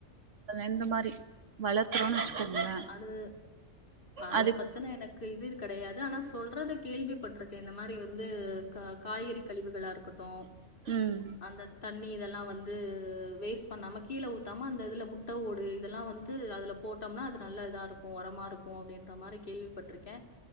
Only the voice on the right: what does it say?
இந்த மாரி வளர்க்கறோனு வச்சுக்கோங்களே
அதுக்
ம்